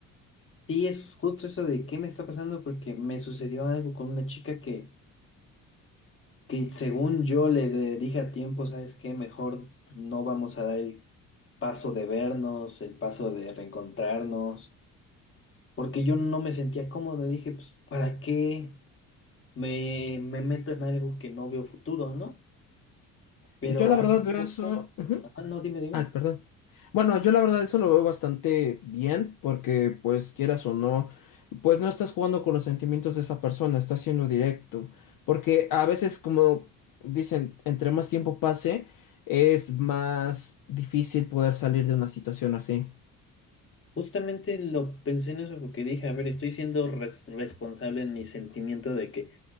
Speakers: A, on the left; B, on the left.
A: Sí, es justo eso de qué me está pasando porque me sucedió algo con una chica que que según yo le de- dije a tiempo, ¿sabes qué? Mejor no vamos a dar el paso de vernos, el paso de reencontrarnos, porque yo no me sentía cómodo. Dije, pues, ¿para qué me, me meto en algo que no veo futuro, ¿no? Pero
B: Yo la
A: hace
B: verdad veo
A: poco,
B: eso
A: ajá, no, dime, dime.
B: Ay, perdón. Bueno, yo la verdad eso lo veo bastante bien porque pues quieras o no, pues no estás jugando con los sentimientos de esa persona, estás siendo directo. Porque a veces como dicen, entre más tiempo pase, es más difícil poder salir de una situación así.
A: Justamente lo pensé en eso porque dije, a ver, estoy siendo res- responsable en mi sentimiento de que